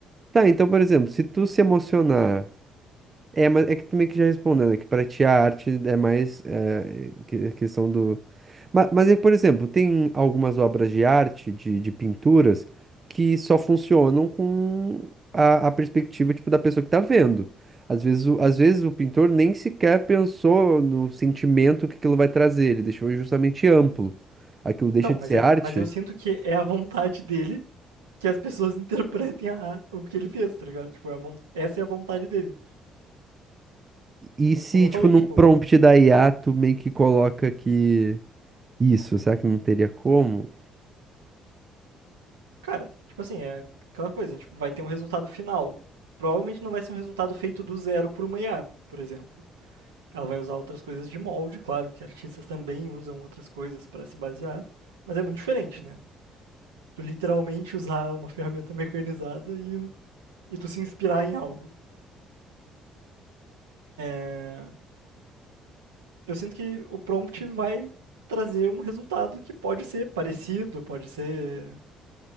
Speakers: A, on the right (about 30°); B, on the right (about 75°).
A: Tá, então, por exemplo, se tu se emocionar É, mas é que também que já respondendo, é que pra ti a arte é mais é, que- a questão do. Mas, mas é, por exemplo, tem algumas obras de arte, de, de pinturas, que só funcionam com a, a perspectiva tipo, da pessoa que tá vendo. Às vezes, o, às vezes o pintor nem sequer pensou no sentimento que aquilo vai trazer, ele deixou justamente amplo. Aquilo deixa
B: Então, mas,
A: de ser
B: é,
A: arte.
B: mas eu sinto que é a vontade dele que as pessoas <laughs> interpretem a- o que ele fez, tá ligado? Tipo, é a von- essa é a vontade dele.
A: E se,
B: como eu falei,
A: tipo, num
B: tipo,
A: prompt da IA, tu meio que coloca que isso, será que não teria como?
B: cara, tipo assim, é aquela coisa, a gente vai ter um resultado final. Provavelmente não vai ser um resultado feito do zero por uma IA, por exemplo. Ela vai usar outras coisas de molde, claro que artistas também usam outras coisas para se basear, mas é muito diferente, né? Tu literalmente usar uma ferramenta mecanizada e, e tu se inspirar em algo. É, eu sinto que o prompt vai trazer um resultado que pode ser parecido, pode ser